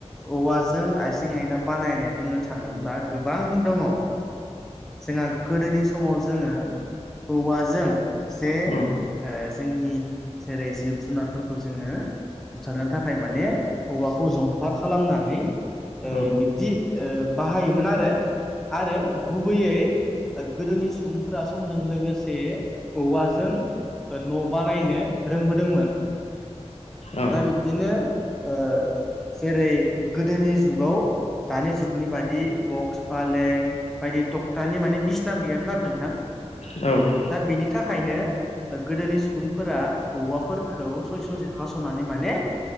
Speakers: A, in the centre; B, on the left.
A: औवाजों आइजें आयला बानायनाय बुंनो थाङोब्ला गोबां दंङ जोंहा गोदोनि समाव जोंङो औवाजों जे
B: उम
A: ओ जोंनि जेरै जिब जुनारफोरखौ जोङो बुथारनो थाखाय माने औवाखौ जंफार खालामनानै ओ
B: औ
A: बिब्दि बाहायोमोन आरो आरो गुबैयै ओ गोदोनि सुबुंफोरा समजों लोगोसे औवाजों न' बानायनो रोंबोदोंमोन
B: औ
A: दा बे बिदिनो ओ जेरै गोदोनि जुगाव दानि जुगनि बादि बक्स फालें बायदि टकटानि माने बिसना गैयामोन आरो नोंथां
B: औ
A: दा बेनि थाखायनो गोदोनि सुबुंफोरा औवाफोरखौ ससे ससे हास'नानै माने